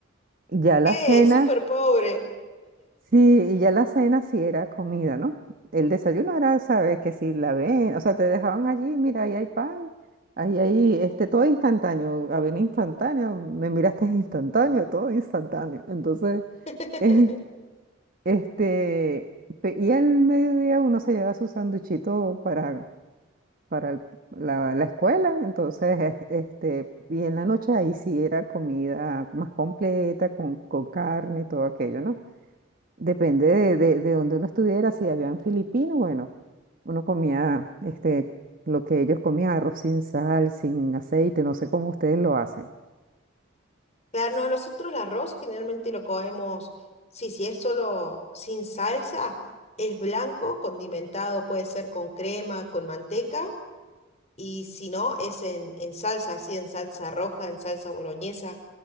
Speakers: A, on the right (about 45°); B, on the left (about 35°).
A: Y ya la
B: ¿Qué?
A: cena,
B: Súper pobre.
A: sí, y ya la cena sí era comida, ¿no? El desayuno era, sabes, que si la ven, o sea, te dejaban allí, mira, ahí hay pan, ahí hay, este, todo instantáneo, avena instantánea, me miraste <laughs> instantáneo, todo instantáneo. Entonces,
B: <laughs>
A: <laughs> este, pe- y al mediodía uno se lleva su sanduchito para para el- la, la escuela, entonces, es- este, y en la noche ahí sí era comida más completa, con, con carne y todo aquello, ¿no? Depende de, de, de donde uno estuviera, si habían filipinos, bueno, uno comía, este, lo que ellos comían, arroz sin sal, sin aceite, no sé cómo ustedes lo hacen.
B: Claro, no, nosotros el arroz generalmente lo comemos, sí, si es solo sin salsa, es blanco, condimentado, puede ser con crema, con manteca, y si no, es en, en salsa, así en salsa roja, en salsa boloñesa,